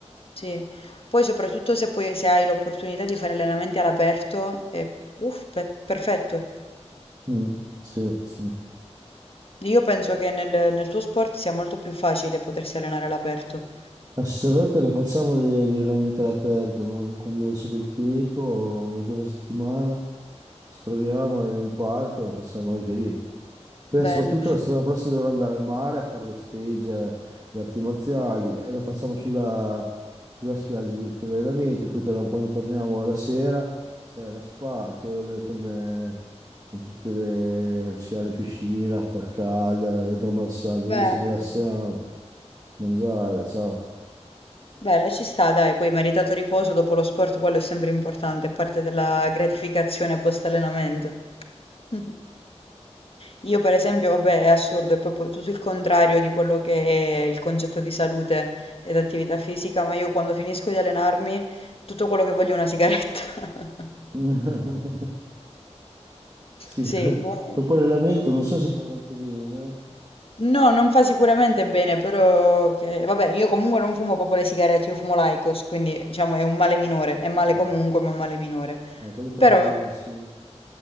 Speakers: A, on the left (about 55°); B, on the right (about 35°).
A: Sì. Poi soprattutto se, poi, se hai l'opportunità di fare allenamenti all'aperto, è uff, pe- perfetto.
B: Mm, sì, sì.
A: Io penso che nel, nel tuo sport sia molto più facile potersi allenare all'aperto.
B: Assolutamente lo facciamo degli allenamenti all'aperto, no? Quando c'è bel tempo, un giorno a settimana, ci troviamo in un parco e lo facciamo anche lì. Poi
A: Bello,
B: soprattutto la settimana prossima dovrò andare al mare a fare lo stage eh, di arti marziali e lo facciamo sulla, sulla spiaggia addirittura gli allenamenti, poi torniamo- quando torniamo la sera c'è la spa che ho le- con, le- con tutte le, come si chiama, le piscine, acqua calda, idromassaggio,
A: bello,
B: così ci rilassiamo, mangiare, ciao.
A: bello, ci sta, dai, poi meritato riposo dopo lo sport, quello è sempre importante, è parte della gratificazione post-allenamento. <laughs> Io per esempio, vabbè, è assurdo, è proprio tutto il contrario di quello che è il concetto di salute ed attività fisica, ma io quando finisco di allenarmi, tutto quello che voglio è una sigaretta. <laughs>
B: <laughs> Sì,
A: Sì,
B: eh,
A: no,
B: dopo l'allenamento non so se fa tanto bene,
A: no, non fa sicuramente bene, però che- vabbè, io comunque non fumo proprio le sigarette, io fumo l'Aicos, quindi diciamo è un male minore, è male
B: No.
A: comunque, ma è un male minore.
B: ma quelli fa
A: Però,
B: meno male, sì.